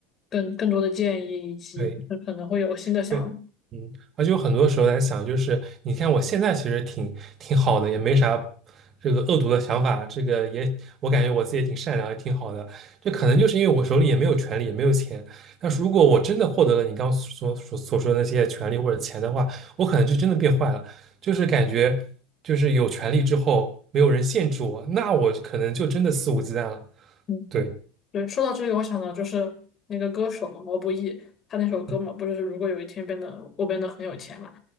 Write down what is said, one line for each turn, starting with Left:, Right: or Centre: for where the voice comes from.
Left: 更更多的建议，以及可能会有新的想法。
Right: 对对，嗯，而且有很多时候在想，就是你看我现在其实挺挺好的，也没啥这个恶毒的想法，这个也我感觉我自己也挺善良，也挺好的。这可能就是因为我手里也没有权利，也没有钱。但是如果我真的获得了你刚刚所所所说的那些权利或者钱的话，我可能就真的变坏了，就是感觉就是有权利之后没有人限制我，那我可能就真的肆无忌惮了。
Left: 嗯
Right: 对，
Left: 对，说到这个，我想到就是那个歌手嘛，毛不易，他那首歌嘛，
Right: 嗯
Left: 不是如果有一天变得我变得很有钱嘛，